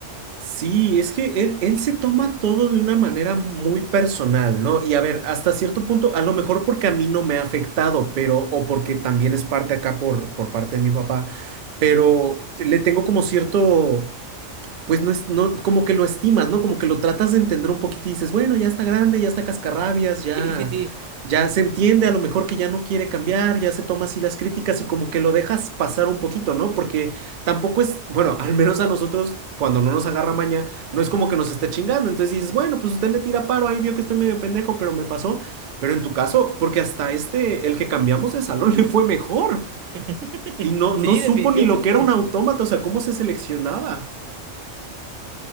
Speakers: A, on the right; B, on the right.
A: Sí, es que él, él se toma todo de una manera muy personal, ¿no? Y a ver, hasta cierto punto, a lo mejor porque a mí no me ha afectado, pero, o porque también es parte acá por, por parte de mi papá, pero le tengo como cierto pues no es, no, como que lo estimas, ¿no? Como que lo tratas de entender un poquito y dices, bueno, ya está grande, ya está cascarrabias, ya,
B: Sí, sí, sí.
A: ya se entiende a lo mejor que ya no quiere cambiar, ya se toma así las críticas y como que lo dejas pasar un poquito, ¿no? Porque tampoco es, bueno, <laughs> al menos a nosotros, cuando no nos agarra maña, no es como que nos esté chingando, entonces dices, bueno, pues usted me tira paro, ahí vio que estoy medio pendejo, pero me pasó, pero en tu caso, porque hasta este, el que cambiamos de salón <laughs> le fue mejor.
B: <laughs>
A: Y no,
B: Sí,
A: no supo
B: definitivamente.
A: ni lo que era un autómata, o sea, cómo se seleccionaba.